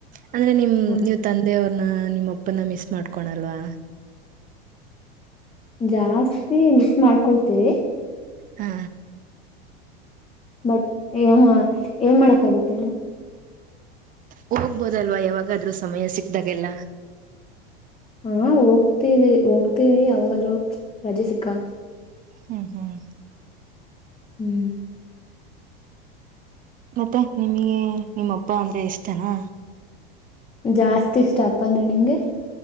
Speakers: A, on the right; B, on the left.
A: ಅಂದ್ರೆ ನಿಮ್ಮ
B: ಹ್ಮ್
A: ತಂದೆಯವರ ನಾ ನಿಮ್ಮಪ್ಪನ್ನ ಮಿಸ್ ಮಾಡ್ಕೊಳ್ಳಲ್ವಾ?
B: ಜಾಡ್ಸ್ ಟಿ. ವಿ ಮಿಸ್ ಮಾಡ್ಕೊಳ್ತೀವಿ.
A: ಹಾ
B: ಬಟ್ ಹಯೇ ಹಾ ಏನ ಮಾಡೋಕ್ಕೆ ಆಗುತ್ತೆ ಹೇಳು
A: ಹೋಗಬಹುದಲ್ವ ಯಾವಾಗಾದರೂ ಸಮಯ ಸಿಕ್ಕದಾಗೆಲ್ಲಾ?
B: ಹ್ಮ್ ಹೋಗ್ತೀವಿ ಹೋಗ್ತೀವಿ ಯಾವಾಗಾದ್ರೂ ರಜೆ ಸಿಕ್ಕಾ
A: ಹ್ಮ್ ಹ್ಮ್
B: ಹ್ಮ್
A: ಮತ್ತೆ ನಿಮಗೆ ನಿಮ್ಮಪ್ಪ ಅಂದ್ರೆ ಇಷ್ಟಾನಾ?
B: ಜಾಸ್ತಿ ಇಷ್ಟ ಅಪ್ಪ ಅಂದ್ರೆ, ನಿಂಗೆ?